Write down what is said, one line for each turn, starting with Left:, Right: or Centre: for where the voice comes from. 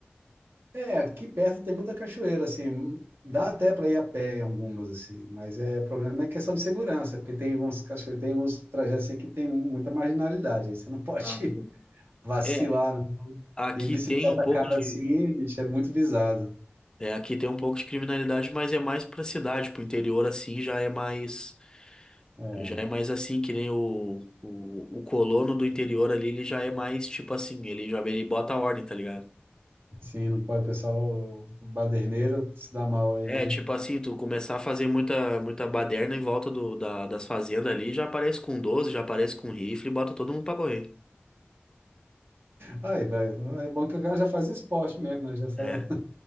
Right: É, aqui perto tem muita cachoeira, assim. Dá até para ir a pé em algumas, assim. Mas é, o problema é questão de segurança, porque tem uns cachoeiros, tem uns trajetos assim, que tem muita marginalidade. Aí você não pode
Left: Ah,
Right: <laughs>
Left: sim.
Right: vacilar,
Left: é,
Right: não.
Left: aqui
Right: E bicicleta
Left: tem um pouco
Right: cara
Left: de
Right: assim, bicho, é muito visado.
Left: é, aqui tem um pouco de criminalidade, mas é mais para cidade, pro interior assim já é mais
Right: É.
Left: Já é mais assim, que nem o, o, o colono do interior ali, ele já é mais tipo assim, ele já ele bota a ordem, tá ligado?
Right: Sim, não pode, o pessoal baderneiro se dá mal aí,
Left: É,
Right: né?
Left: tipo assim, tu começar a fazer muita, muita baderna em volta do, da- das fazendas ali, já aparece com 12 já aparece com rifle e bota todo mundo pra correr.
Right: Aí, vai, aí é bom que o cara já faz esporte mesmo, né? Já sai,
Left: É,
Right: na-